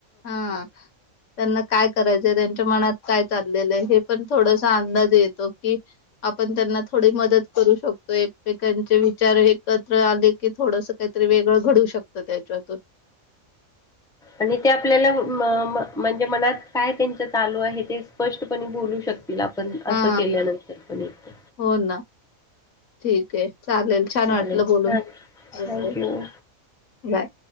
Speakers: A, on the left (about 65°); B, in the centre.
A: हा त्यांना काय करायचंय त्यांच्या मनात काय चाललेलं आहे हे पण थोडसा अंदाज येतो कि आपण त्यांना थोडी मदत करू शकतो एकमेकांचे विचार एकत्र आले की थोडस काही वेगळं घडू शकतं त्याच्यातून
B: आणि ते आपल्याला म्हणजे मनात काय त्यांच चालू आहे ते स्पष्टपणे बोलू शकत की पण
A: हा
B: असं केल्यानंतर पण एक
A: हो ना ठीक आहे चालेल
B: चालेल
A: छान वाटलं बोलून
B: हां
A: हो
B: थँक्यू
A: बाय